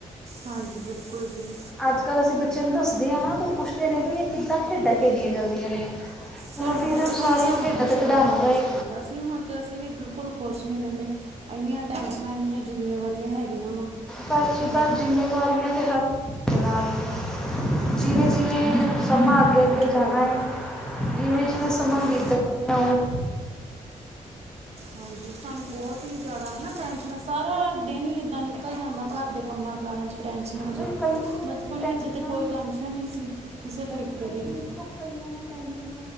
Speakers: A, on the right; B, in the centre.
A: ਹਾਂਜੀ, ਬਿਲਕੁਲ ਜੀ।
B: ਅੱਜ ਕੱਲ੍ਹ ਅਸੀਂ ਬੱਚਿਆਂ ਨੂੰ ਦੱਸਦੇ ਹਾਂ ਨਾ, ਤਾਂ ਪੁੱਛਦੇ ਨੇ ਵੀ ਇਹ ਕਿੱਦਾਂ ਖੇਡਾਂ ਖੇਡੀਆਂ ਜਾਂਦੀਆਂ ਨੇ? ਹੁਣ
A: ਸਾਡਾ
B: ਅਸੀਂ
A: ਬਚਪਨ
B: ਇਹਨਾਂ ਨੂੰ ਸਾਰੀਆਂ
A: ਹੀ ਸਾਂਨੂੰ
B: ਖੇਡਾਂ
A: ਖੁਸ਼
B: ਤੇ ਕਢਾਉਣਾ
A: ਰਹਿਣਾ
B: ਰਹੇ
A: ਸਿਖਾਉਂਦਾ ਸੀ। ਹੁਣ- ਅਤੇ ਅਸੀਂ ਵੀ ਬਿਲਕੁਲ ਖੁਸ਼ ਨਹੀਂ ਰਹਿੰਦੇ ਇੰਨੀਆਂ ਟੈਸ਼ਨਾਂ, ਇੰਨੀਆਂ ਜ਼ਿੰਮੇਵਾਰੀਆਂ ਹੈਗੀਆਂ ਵਾ।
B: ਬਸ ਜੀ
A: ਸਾਨੂੰ
B: ਬਸ ਜ਼ਿੰਮੇਵਾਰੀਆਂ ਤਾਂ ਹਰ ਕਿਸੇ ਦੇ ਨਾਲ ਨੇ। ਜਿਵੇਂ
A: ਹਾਂਜੀ
B: ਜਿਵੇਂ
A: ਅੱਜ ਕੱਲ੍ਹ
B: ਸਮਾਂ
A: ਤਾਂ ਜ਼ਿੰਮੇਵਾਰੀਆਂ
B: ਅੱਗੇ ਅੱਗੇ ਜਾਣਾ
A: ਬਹੁਤ ਆ
B: ਹੈ ਜਿਵੇਂ ਜਿਵੇਂ ਸਮਾਂ
A: ਹਾਂਜੀ
B: ਬੀਤ ਦਾ ਜਾਣਾ- ਹ
A: ਹਾਂਜੀ ਸਾਨੂੰ ਬਹੁਤ ਹੀ ਜ਼ਿਆਦਾ ਹਨਾ ਟੈਸ਼ਨ ਸਾਰਾ ਦਿਨ ਹੀ ਏਦਾਂ ਨਿਕਲ ਜਾਂਦਾ ਘਰ ਦੇ ਕੰਮਾਂ ਕਾਰਾਂ ਚ ਟੈਂਸ਼ਨਾਂ 'ਚ
B: ਬਈ ਕਈਆਂ ਨੂੰ
A: ਬਚਪਨ
B: ਟੈਨਸ਼ਨਾਂ
A: ਵਿੱਚ ਤਾਂ ਕੋਈ ਟੈਂਸ਼ਨ ਨਹੀਂ ਸੀ ਕਿਸੇ ਤਰੀਕੇ
B: ਬਸ ਕਈਆਂ
A: ਦੀ ਵੀ
B: ਦੇਖੋ ਕਈਆਂ ਨੂੰ ਟੈਂਸ਼ਨ